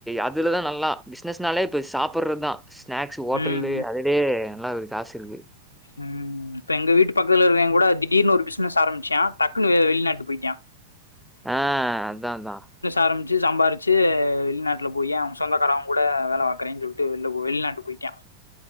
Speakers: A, in the centre; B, on the left.
A: அதுலதா நல்லா பிசினஸ் அதுனால இப்ப சாப்பிடடுறதுதா ஸ்நாக்ஸ் ஹோட்டல்லே
B: ம்
A: அததே நல்லா இரு காசுருகு
B: உஹம் இப்ப எங்க வீட்டு பக்கதுல இருகறவேங் கூட திடீர்னு ஒரு பிசினஸ் ஆரம்பிச்சான் டக்குன்னு வெளிநாட்டுக்கு போயிட்டியா
A: ஆஹ் அதான் தான்
B: ஆரம்பிச்சு சம்பாரிச்சு வெளிநாட்டுல போயே அவ சொந்தக்காரங்க கூட வேலை பாக்றேன்னு சொல்லிட்டு வெ வெளிநாட்டுக்கு போயிட்டியா